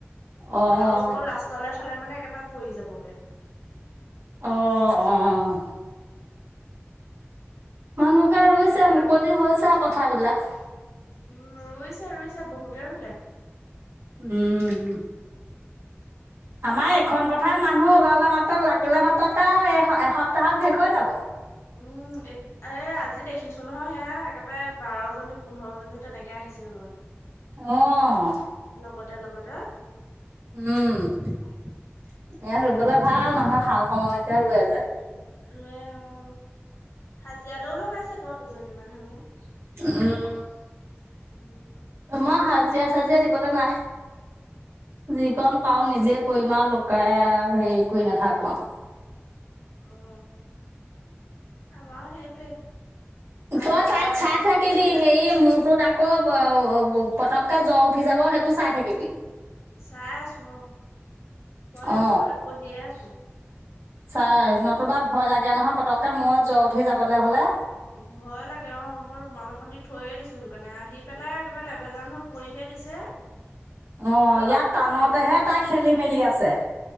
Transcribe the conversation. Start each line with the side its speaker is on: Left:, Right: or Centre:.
Right: অ',
Left: আৰু অকৌ লাষ্ট থলে মানে একেবাৰে পৰি যাবগে।
Right: অ, অ। মানুহকে ৰুইছে
Left: সেইটো
Right: মুকলি
Left: কাৰণে
Right: হৈছে পথাৰ বিলাক।
Left: উম, ৰুইছে, ৰুইছে বহুতে ৰুলে।
Right: উম।
Left: <inaudible>
Right: আমাৰ এইখন পথাৰ মানুহ ওলালে মাত্ৰক লাগিলে মাত্ৰক আৰু এসপ্তাহত শেষ হৈ যাব।
Left: উম, এ এই আজি দেখিছো নহয় সেয়া একেবাৰে বাৰজনী পোন্ধৰ জনী তেনেকে আহিছে ৰোৱনী।
Right: অ'।
Left: লগতে লগতে।
Right: উম, ই ৰুবলৈ ভাল মানুহে খাল সমনকে ৰূয়ে যে।
Left: ৰূয়ে উম, হাজিৰালৈও লগাইছে বাৰু দুজনীমান হেনো।
Right: উম।
Left: উম।
Right: অ, হাজিৰা-চাজিৰা দিবলৈ নাই। যিকণ
Left: অ
Right: পাও নিজে কৰিম আৰু লগ এক হেৰি কৰি নাথাকো আও।
Left: অ, আমাৰো সেইটোৱে আ
Right: তই
Left: লোকৰ
Right: তাইক
Left: আধি
Right: চাই
Left: খতি
Right: থাকিবি
Left: কৰি পেলাই
Right: হেৰি মূৰটোত আকৌ পতককে জ্ব উঠি যাব সেইটো চাই থাকিবি
Left: চাই আছো অ, মই
Right: অ
Left: ওচৰতে বহিয়ে আছো
Right: চাই নতুবা ভয় লাগে নহয় পতককে মোৰো জ্বৰ উঠি যাবলে হলে।
Left: উম ভয় লাগে অঁ মই ৰুমাল এখন দি থৈয়ে দিছোঁ সেইকাৰণে আহি পেলাই একেবাৰে লেবেজান হৈ পৰিহে দিছে। <unintelligible>
Right: অ
Left: তাৰপৰা বাপ
Right: ইয়াত টানতেহে
Left: বাপে কলে
Right: তাই খেলি মেলি আছে